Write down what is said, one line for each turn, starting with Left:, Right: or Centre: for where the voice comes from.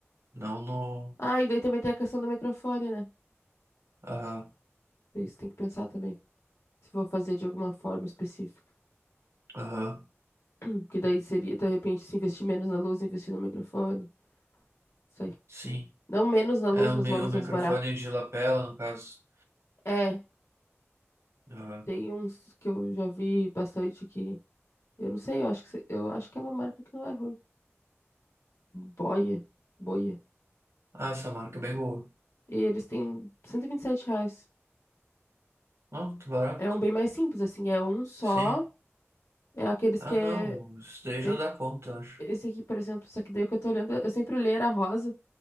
Right: não no.
Left: Ah, e daí também tem a questão do microfone, né?
Right: Aham,
Left: Isso tem que pensar também. Se for fazer de alguma forma específica.
Right: aham,
Left: Hum, Que daí seria, de repente, se investir menos na luz, investir no microfone. Sei.
Right: sim.
Left: Não menos na luz,
Right: É o,
Left: mas
Right: mi-
Left: uma luz
Right: o microfone
Left: mais barata.
Right: de lapela, no caso.
Left: É,
Right: Aham.
Left: tem uns que eu já vi bastante que. Eu não sei, eu acho que, se- eu acho que é uma marca que não é ruim. Boia. Boia.
Right: Ah, essa marca é bem boa.
Left: E eles têm cento e e vinte e sete reais.
Right: Não, muito barato.
Left: É um bem mais simples, assim. É um só.
Right: Sim.
Left: É aqueles
Right: Ah,
Left: que é.
Right: não, isso daí já
Left: e-
Right: dá conta, eu acho.
Left: Esse aqui, por exemplo, só que daí o que eu tô olhando, eu sempre olhei era rosa,